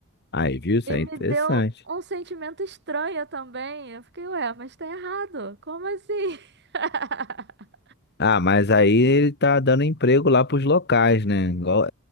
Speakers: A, on the left; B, on the right.
A: Aí, viu? Isso
B: E
A: é
B: me
A: interessante.
B: deu um sentimento estranho também. Eu fiquei, ué, mas tá errado. Como assim? <laughs>
A: Ah, mas aí ele tá dando emprego lá pros locais, né? Igual-